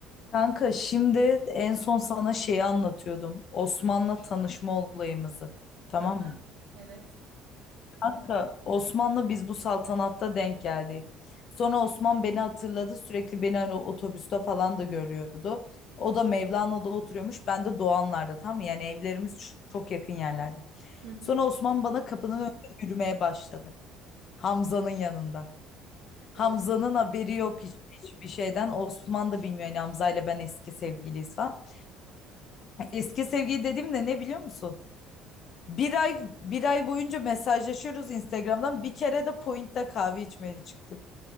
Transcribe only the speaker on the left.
Kanka şimdi en son sana şeyi anlatıyordum. Osman'la tanışma olayımızı. Tamam
mı?
Kanka Osman'la biz bu saltanatta denk geldik. Sonra Osman beni hatırladı. Sürekli beni hani otobüste falan da görüyordu. O da Mevlana'da oturuyormuş. Ben de Doğanlar'da tamam mı? Yani evlerimiz ç- çok yakın yerlerde.
Sonra Osman bana kapının önünde yürümeye başladı. Hamza'nın yanında. Hamza'nın
haberi yok hiç- hiçbir şeyden. Osman da bilmiyor yani Hamza ile ben eski sevgiliyiz falan. Eski sevgili dediğim de ne biliyor musun? Bir ay bir ay boyunca mesajlaşıyoruz Instagram'dan. Bir kere de Point'te kahve içmeye çıktık.